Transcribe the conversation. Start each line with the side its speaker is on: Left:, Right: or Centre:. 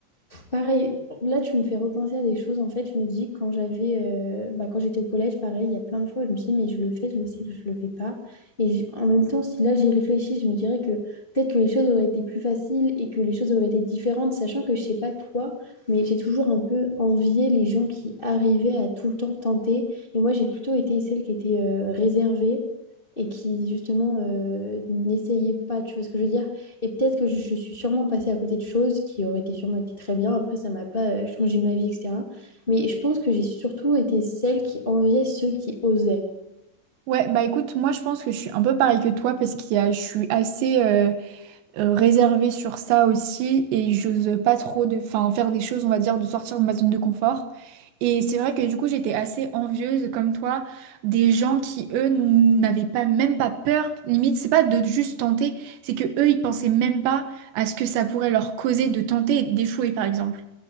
Left: Pareil, là tu me fais repenser à des choses. En fait, je me dis quand j'avais, euh, bah, quand j'étais au collège, pareil, il y a plein de fois, où je me suis dit, mais je le fais, je le sais, je le fais pas. Et j- en même temps, si là j'y réfléchis, je me dirais que peut-être que les choses auraient été plus faciles et que les choses auraient été différentes, sachant que je sais pas toi, mais j'ai toujours un peu envié les gens qui arrivaient à tout le temps tenter. Et moi, j'ai plutôt été celle qui était euh, réservée et qui justement euh, n'essayait pas. Tu vois ce que je veux dire? Et peut-être que je, je suis sûrement passée à côté de choses qui auraient été sûrement été très bien. Après, ça m'a pas euh, changé ma vie, etc. Mais je pense que j'ai surtout été celle qui enviait ceux qui osaient.
Right: Ouais, bah écoute, moi je pense que je suis un peu pareil que toi parce qu'il y a je suis assez euh, euh, réservée sur ça aussi et j'ose pas trop de, enfin, faire des choses, on va dire, de sortir de ma zone de confort. Et c'est vrai que du coup j'étais assez envieuse comme toi des gens qui eux n'avaient pas même pas peur, limite c'est pas de juste tenter, c'est que eux ils pensaient même pas à ce que ça pourrait leur causer de tenter et d'échouer par exemple.